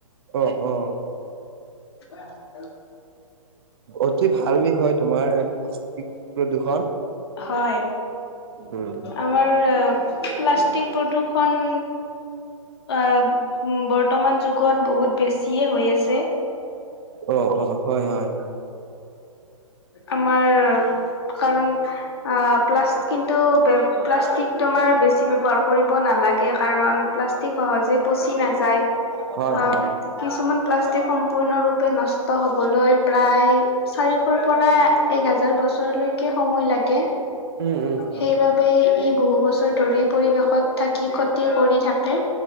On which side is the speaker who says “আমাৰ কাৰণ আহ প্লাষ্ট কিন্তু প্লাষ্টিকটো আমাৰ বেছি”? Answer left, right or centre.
Left